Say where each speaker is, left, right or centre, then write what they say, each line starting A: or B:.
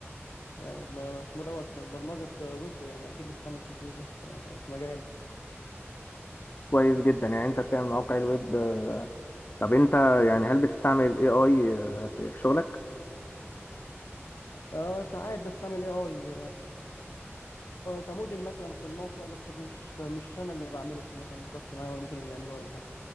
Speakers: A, on the left (about 85°); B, on the left (about 40°).
A: ما- ما- اسمه دوت برمجه ويب يعني اكيد بستعمل التكنولوجيا في في مجالي
B: كويس جدا يعني انت بتعمل مواقع الويب آه، طب انت يعني هل بتستعمل الاي اي في في شغلك
A: اه ساعات بستعمل اي اي كموديل مثلا في الموقع بس مش مش انا اللي بعمله في مثلا شخص معايا ولا ممكن اللي يعمله ولا حاجه